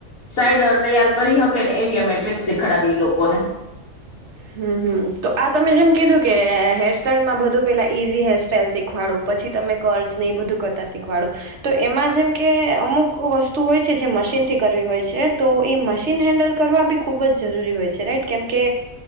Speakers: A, on the left; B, on the right.
A: સાઈડર તૈયાર કરી શકે ને એવી અમે ટ્રીક શીખડી લો. કોને.
B: હમ હમ તો આ તમે જેમ કીધું કે હેરસ્ટાઈલમાં બધું પેલા ઈઝી હેરસ્ટાઈઇલ શીખવાડો પછી તમે કરલ્સ હી બધું કરતા શીખવાડો, તો એમાં જેમ કે અમુક વસ્તુ હોય છે જે મશીન થી કરવી હોય છે તો એ મશીન હેન્ડલ કરવા બી ખૂબ જ જરૂરી હોય છે રાઈટ કેમકે.